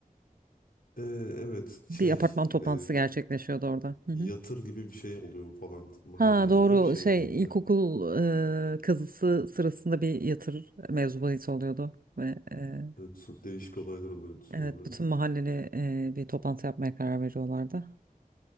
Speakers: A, on the left; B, on the right.
A: ee, evet şey
B: Bir apartman toplantısı
A: ee,
B: gerçekleşiyordu orada. Hı
A: yatır
B: hı.
A: gibi bir şey oluyor falan mahalleye
B: Ha doğru
A: öyle bir şey
B: şey
A: miydi?
B: ilkokul eee kazısı sırasında bir yatır mevzu bahis oluyordu ve eee,
A: Evet, so- değişik olaylar oluyordu sonra.
B: evet bütün mahalleli eee, bir toplantı yapmaya karar veriyorlardı.